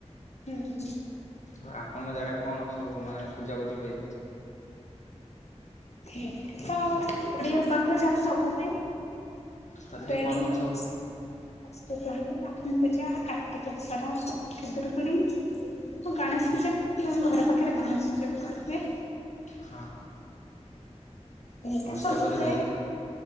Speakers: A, on the left (about 65°); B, on the left (about 85°).
A: ହୁଁ ହୁଁ।
B: ତ ଆପଣଙ୍କ ଜାଗାରେ କଣ ସବୁ ମାନେ ପୂଜାପୂଜି ହୁଏ?
A: ଏଇଠି ତ ଓଡିଆ ପର୍ବ ଯାହା ସବୁ ହୁଏ।
B: ତଥାପି
A: ଆମର ଏଇଠି
B: କଣ କଣ
A: ଅ
B: ସବୁ ହୁଏ?
A: ଅଷ୍ଟପହରୀ ଲକ୍ଷ୍ମୀ ପୂଜା କାର୍ତ୍ତିକେଶ୍ୱର ଖୁଦୁରୁକୁଣୀ ଆ ଗଣେଶ
B: ହୁଁ
A: ପୂଜା କି ଆମ ଘର ପାଖରେ ଗଣେଶ ପୂଜା ବି କରା ହୁଏ।
B: ହଁ।
A: ଏଇତ
B: ଅଷ୍ଟପହରି
A: ସବୁ ହୁଏ
B: ନାଇଁ କି